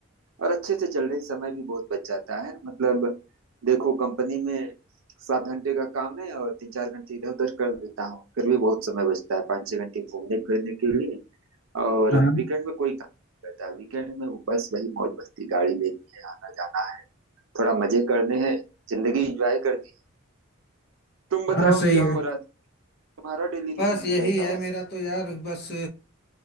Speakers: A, on the right; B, on the left.
A: और अच्छे से चल रही समय भी बहुत बच जाता है मतलब देखो कंपनी में सात घंटे का काम है और तीन चार घंटे इधर उधर कर देता हूँ फिर भी बहुत समय बचता है पाँच छह घंटे घूमने फिरने के लिए और
B: हाँ
A: वीकेंड में कोई काम नहीं करता वीकेंड में वो बस वही मौज मस्ती गाड़ी लेनी है आना जाना है थोड़ा मजे करने हैं जिंदगी एंजॉय करनी है तुम बताओ
B: हाँ सही
A: क्या
B: है
A: हो रहा है तुम्हारा डेली रूटीन
B: बस यही
A: कैसा
B: है
A: है
B: मेरा तो यार बस